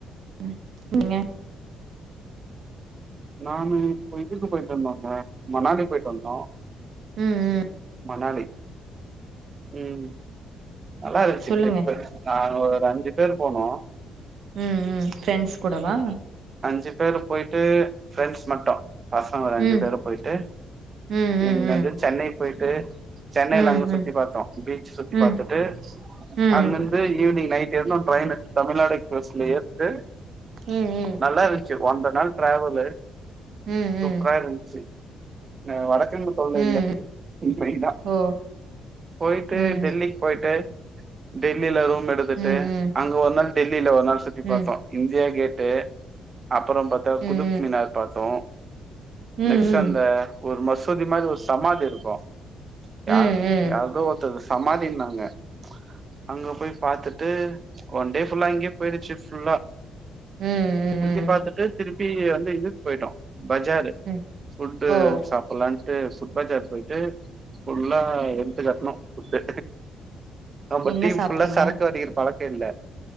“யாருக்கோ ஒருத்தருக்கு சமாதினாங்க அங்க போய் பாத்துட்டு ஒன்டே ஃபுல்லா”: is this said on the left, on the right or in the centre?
Right